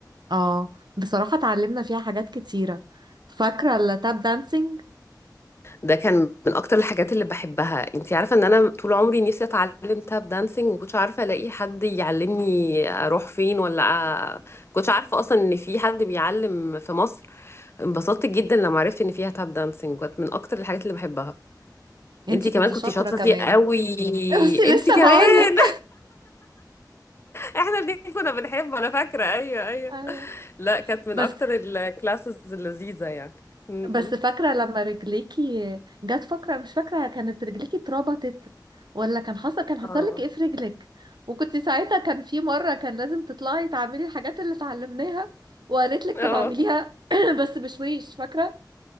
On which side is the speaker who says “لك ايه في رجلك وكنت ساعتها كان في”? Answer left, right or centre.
Right